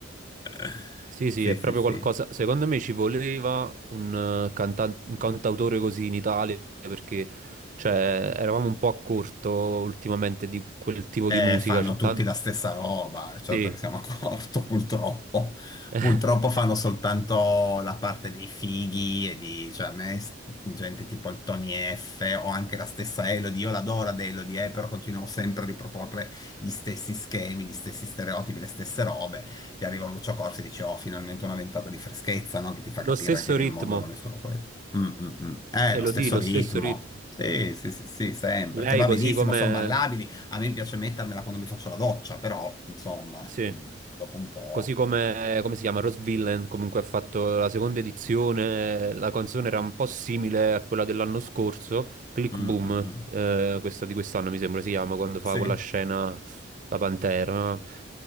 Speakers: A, on the left; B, on the right.
A: <laughs>
B: Sì, sì,
A: Sì,
B: è
A: sì,
B: proprio
A: sì.
B: qualcosa. Secondo me ci voleva un, eh, cantan- un cantautore così in Italia perché cioè, eravamo un po' a corto ultimamente di quel tipo di
A: Eh,
B: musica.
A: fanno
B: C'è
A: tutti
B: tanto.
A: la stessa roba, certo
B: Sì.
A: che siamo a corto, <laughs> purtroppo.
B: <laughs>
A: Purtroppo fanno soltanto la parte dei fighi e di, cioè, a me, s- gente tipo il Tony F o anche la stessa Elodie, io l'adoro ad Elodie, eh, però continuano sempre a riproporre gli stessi schemi, gli stessi stereotipi, le stesse robe. Ti arriva un Lucio Corsi e dici, oh, finalmente una ventata di freschezza, no? Che ti fa capire
B: Lo stesso
A: anche che
B: ritmo,
A: il mondo non è solo quello. Mm, mm, mm. Eh,
B: Elodie,
A: lo
B: lo
A: stesso
B: di, lo
A: ritmo.
B: stesso ritmo.
A: Sì, sì, sì, sì, sempre,
B: Lei
A: che va
B: così
A: benissimo,
B: come
A: sono ballabili. A me piace mettermela quando mi faccio la doccia, però, insomma,
B: Sì,
A: mm, dopo un po'.
B: così come, come si chiama, Rose Villain comunque ha fatto la seconda edizione, la canzone era un po' simile a quella dell'anno scorso, Click
A: Mm,
B: Boom,
A: mm, mm.
B: eh, questa di quest'anno mi sembra si chiama, quando fa
A: Sì,
B: quella scena la Pantera.